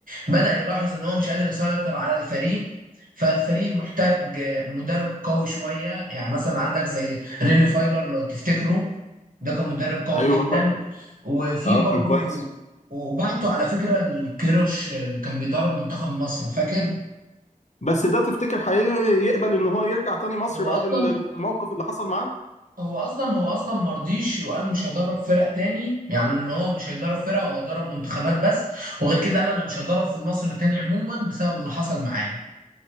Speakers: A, on the right; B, on the left.
A: بدا يلاحظ ان هو مش قادر يسيطر على الفريق فالفريق محتاج مدرب قوي شويه يعني مثلا عندك زي ريني فايلر لو تفتكره ده كان مدرب قوي
B: ايوه
A: جدا
B: فاكره
A: وفي
B: اه
A: برضو
B: كان كويس
A: وبعته على فكره الكيروش اللي كان بيدرب منتخب مصر فاكر
B: بس ده تفتكر هيقبل ان هو يرجع تاني مصر
A: هو
B: بعد
A: اصلا
B: ال- الموقف اللي حصل معاه؟
A: هو اصلا هو اصلا مرضيش وقال مش هيدرب فرق تاني يعني ان هو مش هيدرب فرق هو هيدرب منتخبات بس وغير كده قال انا مش هدرب في مصر تاني عموما بسبب اللي حصل معايا